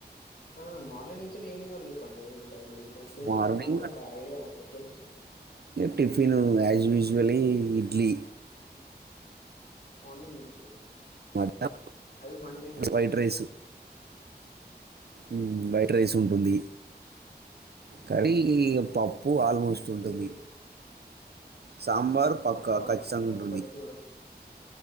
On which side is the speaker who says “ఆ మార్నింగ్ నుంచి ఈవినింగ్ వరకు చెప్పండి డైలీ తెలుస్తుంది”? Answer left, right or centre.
Left